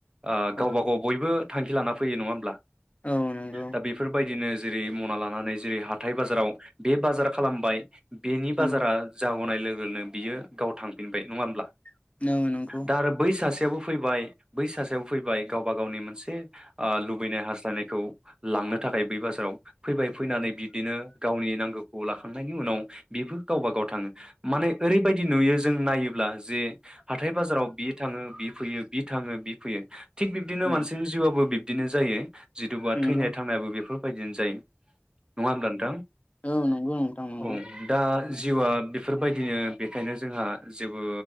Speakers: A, on the right; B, on the left.
A: ओ
B: औ
A: गावबा गाव बयबो। थांखि लाना फैयो नङा होमब्ला।
B: औ नंगौ
A: दा बेफोरबायदिनो जेरै मना लानानै जेरै हाथाइ बाजाराव बे बाजार खालामबाय। बेनि
B: औ
A: बाजारा जागनाय लो लोगोनो बियो गाव थांफिनबाय नङा होमब्ला।
B: <unintelligible> नोंगौ।
A: दा आरो <unintelligible> फैबाय बै सासेयाबो फैबाय गावबा गावनि मोनसे ओ लुबैनाय हास्थायनायखौ लांनो थाखाय बै बाजाराव फैबाय फैनानै बिब्दिनो गावनि नांगौ। खौ लाखांनायनि उनाव बेबो गावबा गाव थाङो माने ओरैबायदि नुयो जों नायोब्ला जे हाथाय बाजाराव बि थाङो बि फैयो बि थाङो बि फैयो। थिग बिबदिनो
B: उम
A: मानसिनि जिउआबो बिब दिनो जायो। जिथुबा
B: नंगौ
A: थैनाय थांनायाबो बेफोराव बायदिनो जायो। नङा होमब्ला नोंथां।
B: औ नंगौ नोंथां नंगौ
A: औ दा दा जिउआ बेफोरबायदिनो बेखायनो जोंहा जेबो